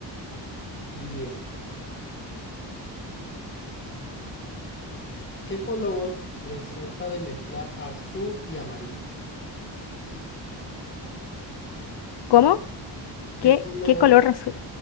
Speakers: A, on the left; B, on the left.
A: bien. ¿Qué color resulta de mezclar azul y amarillo?
B: ¿Cómo?
A: ¿Qué
B: ¿Qué,
A: color
B: qué color azul?